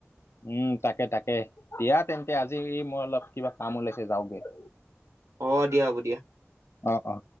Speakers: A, on the left; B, on the right.
A: উম তাকে-তাকে দিয়া তেন্তে আজি মই অলপ কিবা কাম ওলাইছে যাওগে। <unintelligible>
B: অ দিয়া, হ'ব দিয়া। <inaudible>
A: অ-অ।